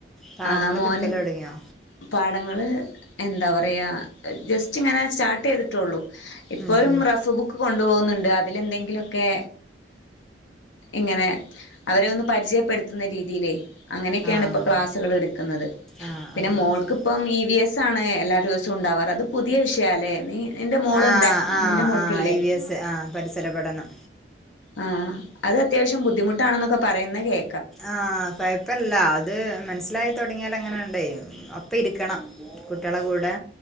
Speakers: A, in the centre; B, on the left.
A: പാടങ്ങളൊക്കെ
B: ആ മോന്
A: എടുക്കല് തൊടങ്ങിയോ
B: പാ ഞങ്ങള് എന്താ പറയാ ജസ്റ്റ് ഇങ്ങനെ സ്റ്റാർട്ട് ചെയ്തിട്ടോള്ളൂ ഇപ്പോഴും
A: ഉം ഉം
B: റഫ് ബുക്ക് കൊണ്ടു പോകു അതിലെന്തെങ്കിലോ ക്കെ ഇങ്ങനെ അവരെ ഒന്ന് പരിചയപ്പെടുത്തുന്ന രീതിയിലേ അങ്ങനെയൊക്കെയാണ്
A: ആഹ്
B: ഇപ്പോൾ ക്ലാസ്സുകൾ എടുക്കുന്നത്
A: ആഹ്
B: പിന്നെ
A: ആഹ്
B: മോൾക്കിപ്പം
A: അത് ശരി
B: ഇ വി എസ് മെ എല്ലാ ദിവസവും ഉണ്ടാവാറ് അത് പുതിയ വിഷയല്ലേ നീ നിന്റെ മോള്
A: ആഹ്
B: ണ്ട്
A: ആഹ്
B: നിന്റെ മോൾക്കി
A: ആഹ്
B: ല്ലേ
A: ഇ വി എസ് ആഹ് പരിസര പഠനം
B: ആ അത് അത്യാവശ്യം ബുദ്ധിമുട്ടാണെന്നൊക്കെ പറയുന്നത് കേ
A: ആഹ് കൊഴപ്പല്ല അത് മനസ്സിലായിത്തോ ടങ്ങിയാലങ്ങനെണ്ടെ അപ്പ ഇരിക്കണം കുട്ടികളെ കൂടെ